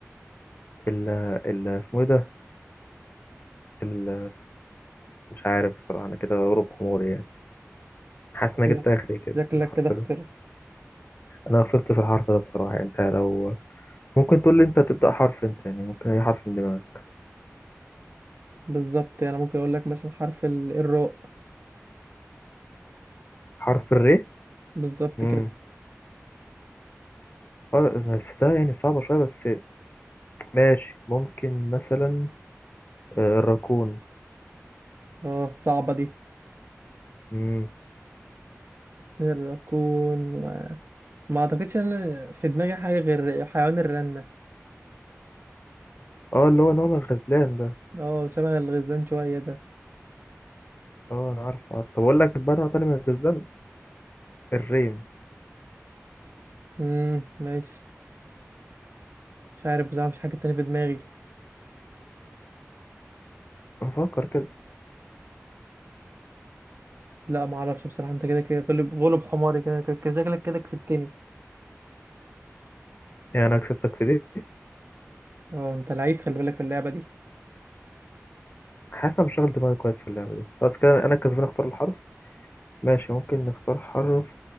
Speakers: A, on the left; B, on the right.
A: ال ال اسمه ايه ده ال مش عارف بصراحة انا كده غروب حموري يعني حاسس
B: شكلك
A: ان انا جبت اخري كده
B: شكلك
A: في الحرف
B: كده خسرت
A: ده انا خسرت في الحرف ده بصراحة يعني انت لو ممكن تقول لي انت تبدأ حرف انت يعني ممكن اي حرف من دماغك
B: بالظبط انا ممكن اقول لك مثلا حرف ال- الراء
A: حرف الري
B: بالظبط
A: امم
B: كده
A: اه بس ده يعني صعبة شوية بس ماشي ممكن مثلا آه، الراكون
B: اه صعبة دي
A: امم
B: الراكون و... ما اعتقدش ان في دماغي حاجة غير حيوان الرنة
A: اه اللي هو نوع من الغزلان ده
B: اه شبه الغزلان شوية ده
A: اه انا عارف عارف طب اقول لك بقى نوع تاني من الغزلان الريم
B: امم ماشي مش عارف بصراحة مفيش حاجة تانية في دماغي
A: افكر كده
B: لا ما اعرفش بصراحة انت كده كده غلب غلب حماري كده كده كده. شكلك كده كسبتني
A: يعني انا كسبتك في دي
B: اه انت لعيب خلي بالك في اللعبة دي
A: حاسس انا مش شغل دماغي كويس في اللعبة دي خلاص كده انا كسبان اختار الحرف ماشي ممكن نختار حرف